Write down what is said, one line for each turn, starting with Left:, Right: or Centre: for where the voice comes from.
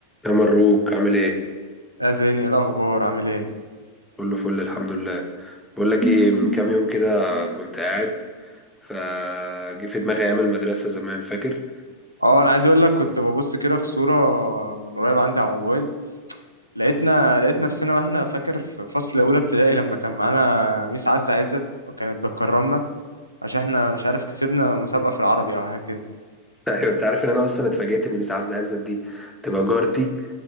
Centre: يا مروك عامل ايه
Right: يا زيني ايه الاخبار عامل ايه
Centre: كله فل الحمد لله بقول لك ايه من كام يوم كده كنت قاعد فجه في دماغي ايام المدرسه زمان فاكر
Right: اه انا عايز اقول لك كنت ببص كده في صوره من قريب عندي على الموبايل لقيتنا لقيت نفسنا واحنا فاكر في فصل اولى ابتدائي لما كان معانا ميس عزه عزت وكانت بتكرمنا عشان احنا مش عارف كسبنا مسابقه في العربي او حاجه كده
Centre: <laughs> ايوه انت عارف ان انا اصلا اتفاجئت ان ميس عزه عزت دي تبقى جارتي